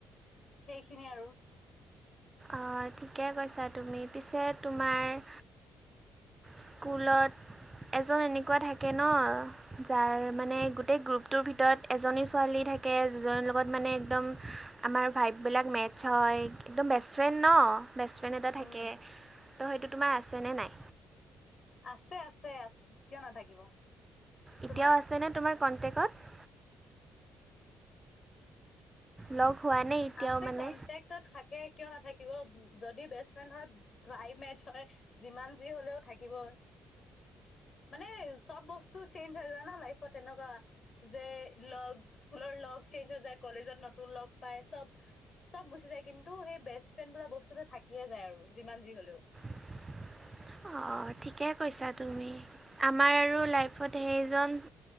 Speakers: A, on the left; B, on the right.
A: সেইখিনি আৰু।
B: অঁ ঠিকে কৈছা তুমি। পিছে তোমাৰ- স্কুলত এজন এনেকুৱা থাকে ন- যাৰ মানে গোটেই গ্ৰুপটোৰ ভিতৰত এজনী ছোৱালী থাকে যিজনীৰ লগত মানে একদম- আমাৰ ভাইভবিলাক মেটছ হয় একদম বেছ- ফ্ৰেণ্ড ন' বেষ্ট ফ্ৰেণ্ড এটা
A: উম,
B: থাকে। ত' হেইতো তোমাৰ আছেনে নাই?
A: আছে আছে, কিয় নাথাকিব।
B: এতিয়াও
A: তোমাৰ?
B: আছেনে তোমাৰ কণ্টেকটত? লগ হোৱানে- এতিয়াও
A: আছে
B: মানে
A: কনটেক্টত থাকে কিয় নাথাকিব। যদি বেষ্ট ফ্ৰেণ্ড হয়- প্ৰাইভ মেচ হয়। যিমান যি হ'লেও থাকিবই। মানে চ'ব বস্তু চেঞ্জ হৈ যায় ন লাইফত তেনেকুৱা। যে লগ স্কুলৰ লগ চেঞ্জ হৈ যায় কলেজত নতুন লগ পাই- চ'ব চ'ব গুচি যায় কিন্তু সেই বেষ্ট ফ্ৰেণ্ড বোলা বস্তুটো থাকিয়ে যায় আৰু যিমান যি হলেও।
B: <inaudible> অঁঁ ঠিকে কৈছা তুমি। আমাৰ আৰু লাইফত সেইজন-